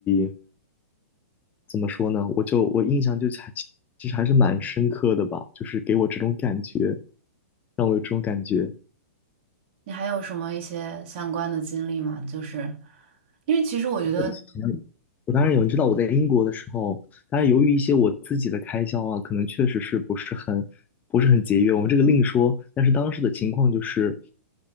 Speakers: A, on the left; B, on the right.
A: 以怎么说呢？我就我印象就还其实还是蛮深刻的吧，就是给我这种感觉，让我有这种感觉。
B: 你还有什么一些相关的经历吗？就是因为其实我觉得，
A: 我以前我当然有，你知道我在英国的时候，当然由于一些我自己的开销啊，可能确实是不是很不是很节约，我们这个另说。但是当时的情况就是，